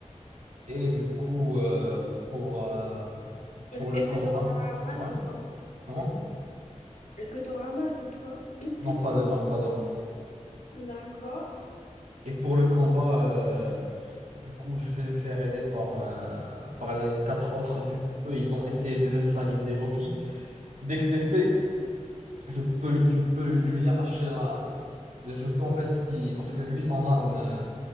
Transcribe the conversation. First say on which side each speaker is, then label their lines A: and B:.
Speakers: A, on the right (about 80°); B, on the left (about 80°).
A: Et du coup, euh, pour, euh,
B: Est-ce
A: pour
B: que,
A: le
B: est-ce
A: combat,
B: que t'auras un masque
A: ouais,
B: ou pas?
A: comment?
B: Est-ce que t'auras un masque ou pas? <coughs>
A: Non, pas de masque,
B: <clears throat>
A: pas de masque.
B: D'accord.
A: Et pour le combat, euh, du coup, je vais me faire aider par, euh, par les quatre autres. Du coup, eux, ils vont essayer de neutraliser Loki. Dès que c'est fait, Je peux, lui- je peux lui, lui arracher la... Je peux en fait, si... parce que lui, son arme, euh,